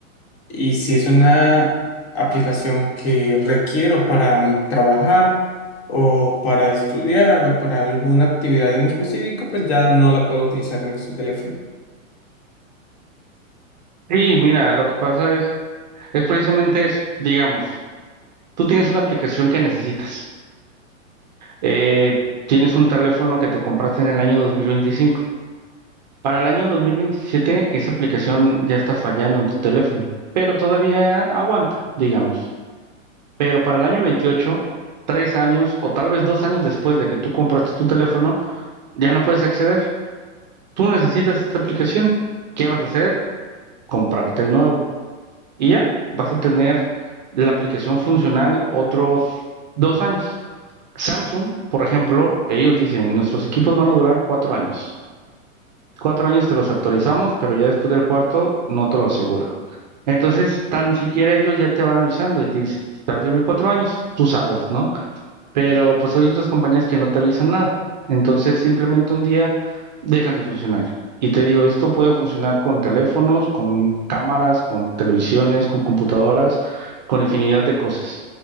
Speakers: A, on the left; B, on the right.
A: y si es una aplicación que requiero para mm, trabajar o para estudiar o para alguna actividad en específico, pues ya no la puedo utilizar en este teléfono.
B: Y mira, lo que pasa es, es precisamente eso. Digamos, tú tienes una aplicación que necesitas. eh, tienes un teléfono que te compraste en el año 2025. Para el año 2027, esa aplicación ya está fallando en tu teléfono, pero todavía aguanta, digamos. Pero para el año 28, tres años o tal vez dos años después de que tú compraste tu teléfono, ya no puedes acceder. Tú necesitas esta aplicación. ¿Qué vas a hacer? Comprarte el nuevo. Y ya vas a tener la aplicación funcional otros dos años. Samsung, por ejemplo, ellos dicen, nuestros equipos van a durar cuatro años. Cuatro años te los actualizamos, pero ya después del cuarto no te lo aseguro. Entonces, tan siquiera ellos ya te van avisando y te dicen, te va a servir cuatro años, tú sabes, ¿no? pero pues hay otras compañías que no te avisan nada. Entonces simplemente un día dejan de funcionar. Y te digo, esto puede funcionar con teléfonos, con cámaras, con televisiones, con computadoras, con infinidad de cosas.